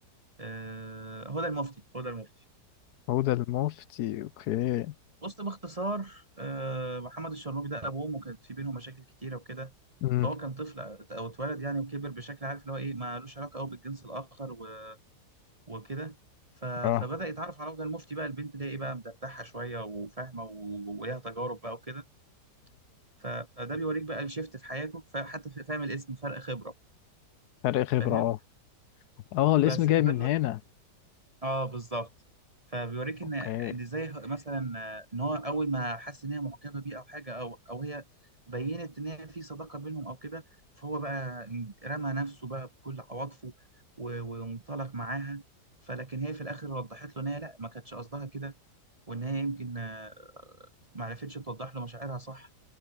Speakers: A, on the right; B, on the left.
A: آه هدى المفتي هدى المفتي.
B: هدى المفتي أوكي
A: بص باختصار آه محمد الشرنوبي ده أبوه وأمه كانت في بينهم مشاكل كتيرة وكده
B: امم
A: فهو كان طفل أو اتولد يعني وكبر بشكل عارف اللي هو إيه مالوش علاقة أوي بالجنس الآخر و- وكده. ف... فبدأ
B: اه
A: يتعرف على هدى المفتي بقى البنت اللي هي إيه بقى مدردحة شوية وفاهمة و- وليها تجارب بقى وكده. ف- فده بيوريك بقى الشيفت في حياته فحتى في- فاهم الاسم فرق خبرة
B: فرق خبرة
A: فاهم
B: اه اه الاسم
A: بس
B: جاي
A: فده
B: من
A: بيوريك
B: هنا
A: اه بالظبط فبيوريك ان
B: اوكي
A: ان ازاي ه- مثلا آه، ان هو اول ما حس ان هي معجبة بيه او حاجة او او هي بينت ان هي في صداقة بينهم او كده فهو بقى رمى نفسه بقى بكل عواطفه و- وانطلق معاها فلكن هي في الاخر وضحت له ان هي لا ما كانتش قصدها كده وان هي يمكن آه، ما عرفتش توضح له مشاعرها صح